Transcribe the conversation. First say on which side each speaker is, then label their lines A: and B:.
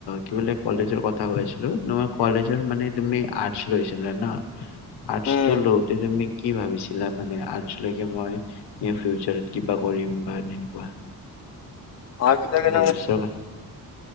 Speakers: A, on the left (about 85°); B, on the left (about 45°).
A: কি বুলি কলেজৰ কথা কৈছিলো তোমাৰ কলেজৰ মানে তুমি আৰ্টছ লইচ ন আৰ্টছ তটো
B: উম
A: লওঁতে তুমি কি ভাবিছিলা মানে আৰ্টছ লৈকে মই ফিউচাত কিবা কৰিম বা তেনেকুৱা <inaudible>
B: অ <unintelligible>
A: ভৱিষ্যকা